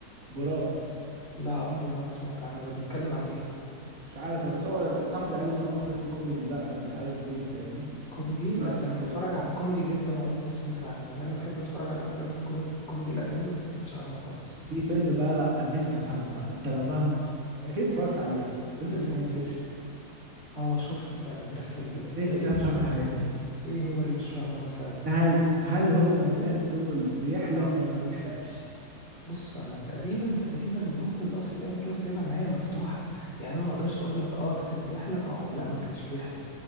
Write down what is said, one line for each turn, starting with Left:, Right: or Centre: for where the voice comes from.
Right: بورات
Left: لا عمري ما سمعت عنه ده بيتكلم عن ايه
Right: مش عارف بس هو صاحبي قال لي ان هو فيلم كوميدي بقى من العيار التقيل فاهمني
Left: كوميدي
Right: اتفرجتش
Left: لا ده
Right: عليه
Left: انا بتفرج
Right: بقى
Left: على الكوميدي جدا وعمري ما سمعت عنه يعني انا بحب اتفرج على افلام الكون- الكوميدي الاجنبي ما سمعتش عنه خالص
Right: في فيلم بقى انا نفسي افهمه بقى انت لو فاهمه اكيد اتفرجت عليه فيلم
Left: فيلم
Right: اسمه
Left: ايه
Right: انسبشن
Left: اه شفته فعلا بس ال... انت
Right: نفسي
Left: ايه اللي
Right: افهم
Left: مش فاهمه
Right: نهايته
Left: في ال... ايه هو اللي مش فاهمه مثلا
Right: نهايته هل هو من
Left: ايتو
Right: الناس دول بيحلم
Left: انا
Right: ولا ما بيحلمش
Left: بص انا تقريبا تقريبا المخرج قصد يعمل كده وسايبها نهايه مفتوحه يعني انا ما اقدرش اقول لك اه ده كان بيحلم او لا ما كانش بيحلم